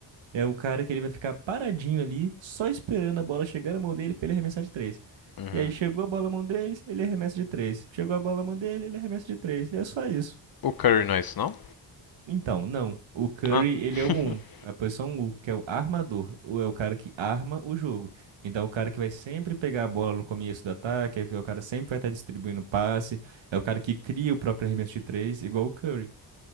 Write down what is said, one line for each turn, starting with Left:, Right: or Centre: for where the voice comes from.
Right: É o cara que ele vai ficar paradinho ali, só esperando a bola chegar na mão dele pra ele arremessar de três.
Left: Uhum.
Right: E aí chegou a bola na mão deles, ele arremessa de três. Chegou a bola na mão dele, ele arremessa de três. E é só isso.
Left: O Curry não é isso, não?
Right: Então, não. O Curry,
Left: Ah.
Right: ele é o
Left: <laughs>
Right: um. a posição um que é o armador. O- É o cara que arma o jogo. Então, é o cara que vai sempre pegar a bola no começo do ataque, é o cara que sempre vai estar distribuindo passe, é o cara que cria o próprio arremesso de três, igual o Curry.